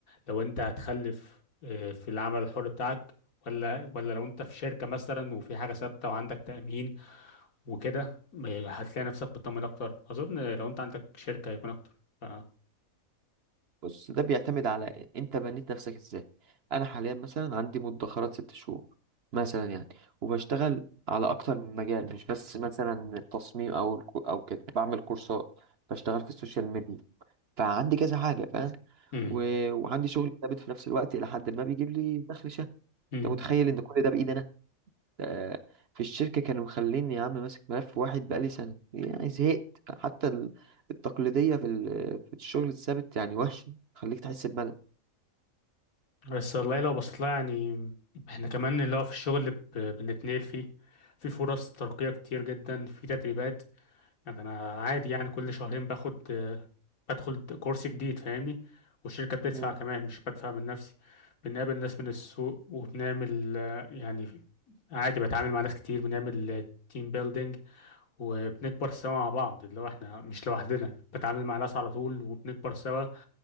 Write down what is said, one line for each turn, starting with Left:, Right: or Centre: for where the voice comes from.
Left: لو انت هتخلف آه، في العمل الحر بتاعك ولا ولا لو انت في شركة مثلا وفي حاجة ثابتة وعندك تأمين وكده ما- هتلاقي نفسك مطمن اكتر اظن لو انت عندك شركة هيكون اكتر ف...
Right: بص ده بيعتمد على انت بنيت نفسك ازاي انا حاليا مثلا عندي مدخرات ست شهور مثلا يعني وبشتغل على اكتر من مجال مش بس مثلا التصميم او الكو- او كده بعمل كورسات بشتغل في السوشيال ميديا فعندي كذا حاجه فاهم
Left: مم.
Right: و... وعندي شغل ثابت في نفس الوقت الى حد ما بيجيب لي دخل شهري
Left: مم.
Right: انت متخيل ان كل ده بايدي انا ده في الشركه كانوا مخليني يا عم ماسك ملف واحد بقالي سنه يعني زهقت حتى ال- التقليديه في ال- في الشغل الثابت يعني وحش خليك تحس بملل
Left: بس والله لو بصيت لها يعني احنا كمان اللي هو في الشغل ب- بنتنقل فيه في فرص ترقية كتير جدا في تدريبات يعني انا عادي يعني كل شهرين باخد آه، بدخل كورس جديد فاهمني والشركة بتدفع
Right: مم.
Left: كمان مش بدفع من نفسي بنقابل ناس من السوق وبنعمل آه، يعني عادي بتعامل مع ناس كتير بنعمل تيم بيلدينج وبنكبر سوا مع بعض اللي هو احنا مش لوحدنا بتعامل مع ناس على طول وبنكبر سوا